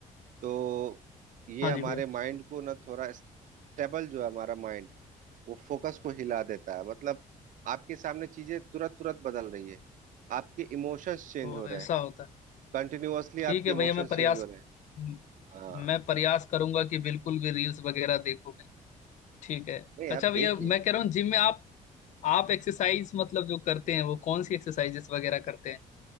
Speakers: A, on the right (about 65°); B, on the left (about 55°).
A: तो ये
B: हाँ
A: हमारे
B: जी भैया
A: माइंड को ना थोड़ा स्टेबल जो है हमारा माइंड वो फोकस को हिला देता है मतलब आपके सामने चीजें तुरंत तुरंत बदल रही है आपके इमोशंस चेंज
B: तो
A: हो रहे
B: ऐसा
A: हैं
B: होता है
A: कंटिन्यूअसली
B: ठीक
A: आपके
B: है
A: इमोशंस
B: भैया मैं प्रयास
A: चेंज हो रहे हैं
B: म-
A: हाँ
B: मैं प्रयास करूंगा कि बिल्कुल भी रील्स वगैरह देखूं नहीं ठीक है
A: नहीं
B: अच्छा
A: आप
B: भैया
A: देखिए
B: मैं कह रहा हूँ जिम में आप आप एक्सरसाइज मतलब जो करते हैं वो कौन सी एक्सरसाइजेस वगैरह करते हैं